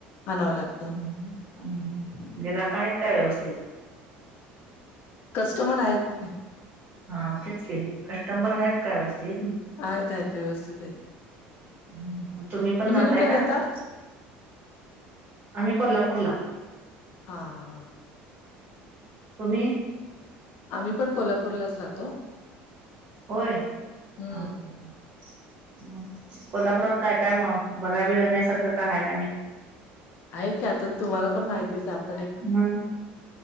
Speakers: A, on the left; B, on the right.
A: आणावं लागत.
B: हं हं. गिराक आहेत का व्यवस्थित?
A: कस्टमर आहेत. की
B: हा तेच की. कस्टंबर आहेत का व्यवस्थित?
A: आहेत आहेत. व्यवस्थित आहेत.
B: मग पण
A: तुम्ही
B: जाताय
A: कुठे
B: काय
A: राहता?
B: आम्ही कोल्हापूरला.
A: हा हा हा
B: तुम्ही
A: आम्ही पण कोल्हापूरलाच राहतो
B: होय
A: हम्म.
B: हा हा मग कोल्हापुरात काय काय मग बघाय बघण्यासारखं काय आहे काय नाही
A: आहे की आता तुम्हाला पण माहितीच आहे आप
B: मग